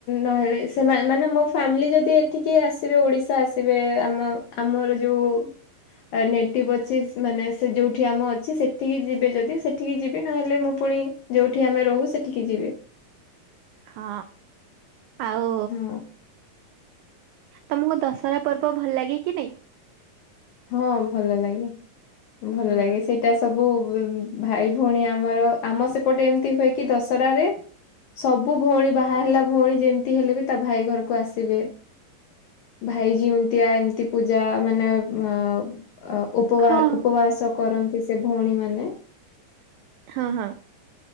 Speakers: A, on the left; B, on the right.
A: ନହେଲେ ସେମାନେ ମାନେ ମୋ ଫ୍ୟାମିଲି ଯଦି ଟିକେ ଆସିବେ ଓଡିଶା ଆସିବେ ଆମ ଆମର ଯୋଉ ନେଟିଭ୍ ଅଛି ମାନେ ସେ ଯଉଠି ଆମ ଅଛି ସେଠିକି ଯିବେ ଯଦି ସେଠିକି ଯିବି ନହେଲେ ମୁଁ ପୁଣି ଯୋଉଠି ଆମେ ରହୁ ସେଠିକି ଯିବେ।
B: ହଁ ଆଉ
A: ହଁ
B: ତମକୁ ଦସହରା ପର୍ବ ଭଲ ଲାଗେକ ନାଇଁ?
A: ହଁ ଭଲ ଲାଗେ ଭଲ
B: ହୁଁ
A: ଲାଗେ ସେଇ ଏତ ସବୁ ଭାଇ ଭଉଣୀ ଆମର ଆମ ସେପଟେ ଏମିତି ହୁଏ କି ଦଶହରାରେ ସବୁ ଭଉଣୀ ବାହା ହେଲା ଭଉଣୀ ଯେମିତି ହେଲେ ବି ତା ଭାଇ ଘରକୁ ଆସିବେ। ଭାଇ ଯିଉନ୍ତିଆ ଏମିତି ପୂଜା ମାନେ ଅ ଉପବା
B: ହଁ
A: ଉପବାସ କରନ୍ତି ସେ ଭଉଣୀମାନେ
B: ହଁ ହଁ